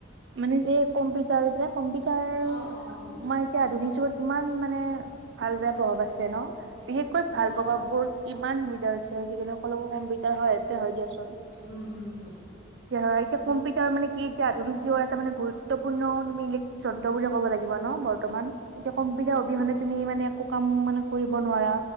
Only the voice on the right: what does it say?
মানে যে কম্পিউটাৰ যে কম্পিউটাৰ,
আমাৰ এতিয়া আধুনিক যুগত কিমান মানে ভাল বেয়া প্ৰভাৱ আছে ন। বিশেষকৈ ভাল
প্ৰভাৱ বোৰ কিমান সুবিধা হৈছে আজিকালি। সকলোবোৰ কম্পিউটাৰ সহায়ত দিয়া হয় দিয়াচোন। এতিয়া
এতিয়া কম্পিউটাৰ মানে কি এতিয়া আধুনিক আজিও এটা মানে গুৰুত্বপূৰ্ণ তুমি ইলেকট্ৰিক যন্ত্ৰ বুলি কব লাগিব ন বৰ- বৰ্তমান যে কম্পিউটাৰ
অবিহনে তুমি মানে একো কাম মানে কৰিব নোৱাৰা।